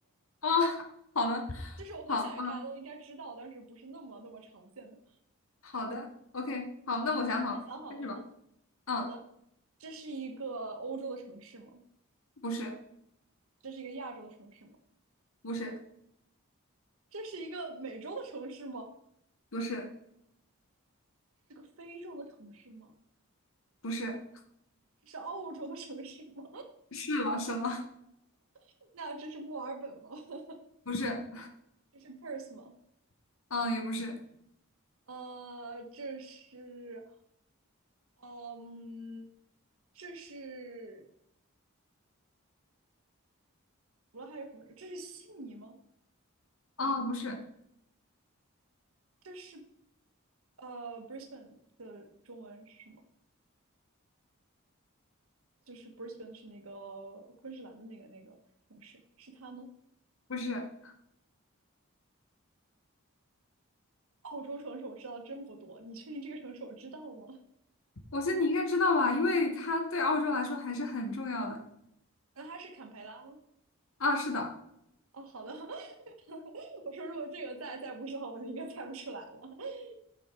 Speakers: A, on the left; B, on the right.
A: 哦，好的，
B: <laughs> 就是我会想一个大家都应该知道，
A: 好，
B: 但是不是那么那么常见的。
A: 好的，OK，好，那我想好了，
B: 先想好了吗？
A: 开始吧。嗯，
B: 好的，这是一个欧洲的城市吗？
A: 不是，
B: 这是一个亚洲的城市吗？
A: 不是，
B: 这是一个美洲的城市吗？
A: 不是，
B: 是个非洲的城市吗？
A: 不是，
B: 这是澳洲的城市吗？
A: 是了，是了，
B: <laughs> 那这是墨尔本吗？<laughs>
A: <laughs> 不是，
B: 这是 Perth 吗？
A: 嗯，也不是，
B: 呃，这是，嗯，这是，除了还有什么？这是悉尼吗？
A: 啊，不是，
B: 这是呃，Brisbane 的中文是什么？就是 Brisbane 是那个昆士兰的那个那个城市，是它吗？
A: 不是，
B: 澳洲城市我知道真不多，你确定这个城市我知道吗？
A: 我觉得你应该知道吧，因为它对澳洲来说还是很重要的。
B: <laughs> 那它是坎培拉吗？
A: 啊，是的，
B: 哦，好的。<laughs> 我说如果这个再再不是的话，我就应该猜不出来了。<laughs>